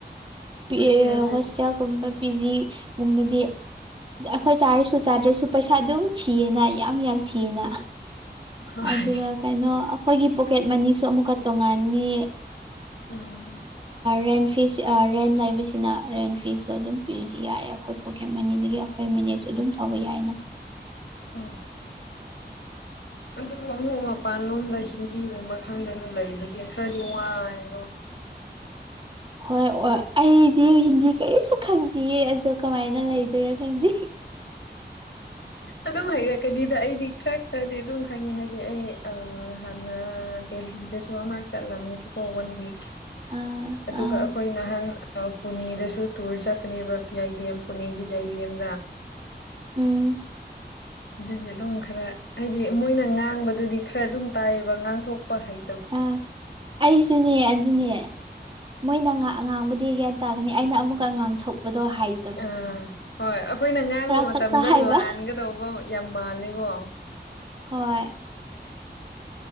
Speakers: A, on the right; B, on the left.
A: ꯄꯤ
B: ꯍꯣꯁꯇꯦꯜꯗꯗꯤ
A: ꯍꯣꯁꯇꯦꯜꯒꯨꯝꯕ ꯄꯤ ꯖꯤꯒꯨꯝꯕꯗꯤ ꯑꯩꯈꯣꯏ ꯆꯥꯔꯁꯨ ꯆꯥꯗ꯭ꯔꯁꯨ ꯄꯩꯁꯥ ꯑꯗꯨꯝ ꯊꯤꯑꯅ ꯌꯥꯝ ꯌꯥꯝ ꯊꯤꯑꯅ
B: ꯍꯣꯏ
A: ꯑꯗꯨꯒ ꯀꯩꯅꯣ ꯑꯩꯈꯣꯏꯒꯤ ꯄꯣꯀꯦꯠ ꯃꯅꯤꯁꯨ ꯑꯃꯨꯛꯀ ꯇꯣꯡꯉꯥꯟꯅꯤ
B: ꯎꯝ
A: ꯔꯦꯟꯐꯤꯁ ꯔꯦꯟ ꯂꯩꯕꯁꯤꯅ ꯔꯦꯟ ꯐꯤꯁꯇꯣ ꯑꯗꯨꯝ ꯄꯤꯗꯤ ꯌꯥꯔꯦ ꯑꯩꯈꯣꯏ ꯄꯣꯀꯦꯠ ꯃꯅꯤꯗꯒꯤ ꯑꯩꯈꯣꯏ ꯃꯤꯅꯦꯠꯁꯨ ꯑꯗꯨꯝ ꯊꯧꯕ ꯌꯥꯏꯅ
B: ꯑꯣꯝ ꯑꯗꯨꯝ ꯑꯃꯛ ꯃꯄꯥꯟ ꯂꯣꯝꯗ ꯍꯤꯟꯗꯤꯒꯨꯝꯕ ꯈꯪꯗꯅ ꯂꯩꯕꯁꯦ ꯈꯔꯗꯤ ꯋꯥꯏꯗꯣ
A: ꯍꯣꯏ ꯑꯣꯏ ꯑꯩꯗꯤ ꯍꯤꯟꯗꯤ ꯀꯔꯤꯁꯨ ꯈꯪꯗꯤꯌꯦ ꯑꯗꯣ ꯀꯃꯥꯏꯅ ꯂꯩꯗꯣꯏꯔꯥ ꯈꯪꯗꯦ
B: ꯑꯗꯨꯝ ꯍꯩꯔꯛꯀꯅꯤꯗ ꯑꯩꯗꯤ ꯈꯔ ꯈꯔꯗꯤ ꯑꯗꯨꯝ ꯈꯪꯉꯦ ꯍꯥꯏꯗꯤ ꯑꯩ ꯍꯥꯟꯅ ꯗꯦꯜꯂꯤꯗꯁꯨ ꯑꯃꯛꯔꯛ ꯆꯠꯂꯝꯃꯤꯕꯀꯣ ꯋꯥꯟ ꯋꯤꯛ
A: ꯑꯥ
B: ꯑꯗꯨꯒ
A: ꯑꯥ
B: ꯑꯈꯣꯏ ꯅꯍꯥꯟ ꯄꯨꯅꯦꯗꯁꯨ ꯇꯨꯔ ꯆꯠꯄꯅꯦꯕ ꯄꯤꯌꯥꯏꯗꯦꯝ ꯄꯨꯅꯦꯒꯤ ꯄꯤꯌꯥꯏꯗꯦꯝꯗ
A: ꯎꯝ
B: ꯑꯗꯨꯒꯤ ꯑꯗꯨꯝ ꯈꯔ ꯍꯥꯏꯗꯤ ꯃꯣꯏꯅ ꯉꯥꯡꯕꯗꯨꯗꯤ ꯈꯔ ꯑꯗꯨꯝ ꯇꯥꯏꯌꯦꯕ ꯉꯥꯡꯊꯣꯛꯄ ꯍꯩ
A: ꯑ ꯑꯩꯁꯨꯅꯦ ꯑꯗꯨꯅꯦ ꯃꯣꯏꯅ ꯑꯉꯥꯡꯕꯨꯗꯤ ꯍꯒ꯭ꯌꯥꯟ ꯇꯥꯒꯅꯤ ꯑꯩꯅ ꯑꯃꯨꯛꯀ ꯑꯉꯥꯡ ꯊꯣꯛꯄꯗꯣ ꯍꯥꯏꯦ
B: ꯑꯥ ꯍꯣꯏ ꯑꯩꯈꯣꯏꯅ ꯉꯥꯡꯕ ꯃꯇꯝꯗ
A: ꯈꯛꯇ ꯍꯥꯏꯕ
B: ꯂꯥꯟꯒꯗꯧꯕ ꯌꯥꯝ ꯃꯥꯜꯂꯦꯀꯣ
A: ꯍꯣꯏ